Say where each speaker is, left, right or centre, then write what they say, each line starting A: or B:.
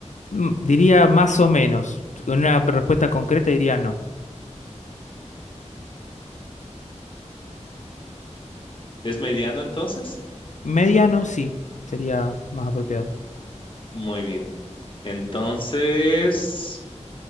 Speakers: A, on the left; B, on the left.
A: mm, diría más o menos. Con una respuesta concreta diría no.
B: ¿Es mediano entonces?
A: Mediano, sí, sería más apropiado.
B: Muy bien. Entonces,